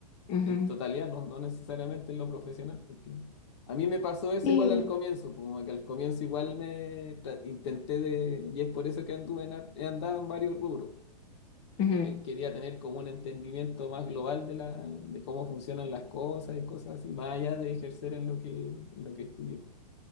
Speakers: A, on the left; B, on the left.
A: Ujú,
B: en totalidad, no, no necesariamente en lo profesional. porque a mí me pasó eso
A: Sí,
B: igual al comienzo, pues, como que al comienzo igual me tra- intenté de, y es por eso que anduve en, ar- he andado en varios rubros,
A: ujú.
B: que quería tener como un entendimiento más global de la, de cómo funcionan las cosas y cosas así, más allá de ejercer en lo que, en lo que estudié.